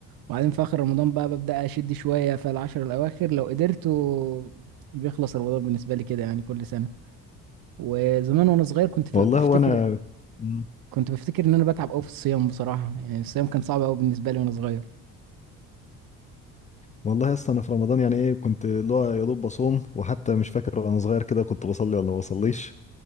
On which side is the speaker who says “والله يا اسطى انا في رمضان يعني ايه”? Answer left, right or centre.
Left